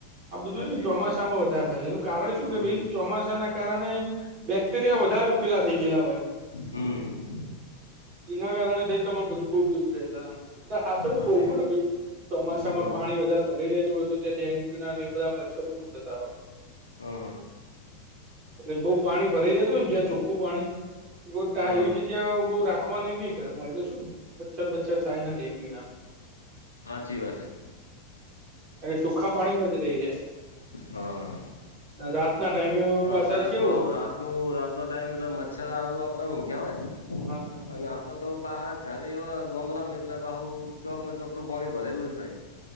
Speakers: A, on the right (about 35°); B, on the left (about 80°).
A: આ બધું
B: સાચી
A: ને ચોમાસામાં
B: વાત
A: વધારે થાય એનું કારણ શું
B: હમ
A: કે ભાઈ ચોમાસાના કારણે બેક્ટેરિયા વધારે પીલા થઈ ગયેલા હોય એમ-
B: હમ-
A: એના કારણે થઈને તમારે બધું બઉ ફેરું રહે તમ બધા સાચવ
B: સાચી
A: બહુ પડે
B: વાત
A: ચોમાસામાં
B: હ હ
A: પાણી વધારે ભરી રહેતું હોય તો ત્યાં ડેન્ગ્યુ ના બધા મચ્છરો બહુ થતા હોય.
B: હઅઅ
A: એટલે બહુ પાણી ભરાઈ જતું હો ને જ્યાં ચોખ્ખું પાણી એવ
B: હ હ
A: એવી જગ્યા બહુ રાખવાની નહિ. ઘરમો એટલે શું મચ્છર મચ્છર થાય ડેન્ગ્યુ ના.
B: સાાચી વાત હૈ.
A: કાર કે ચુખ્ખા પાણી બચ રહી છે
B: હ હ
A: રાત ના ટાઈમે
B: અત્યારે
A: પાછા છે
B: તો
A: એવું
B: પાહુ રાતનું રાત ટાઈમ મચ્છર આ આપડે ઊઘ્યાં હોય ને
A: હા
B: અને આપડે તો બહાર ઘરે ગોમડામાં એટલે બાહુ ચોક ના ચોકું પોણી ભરેલું જ ભાઈ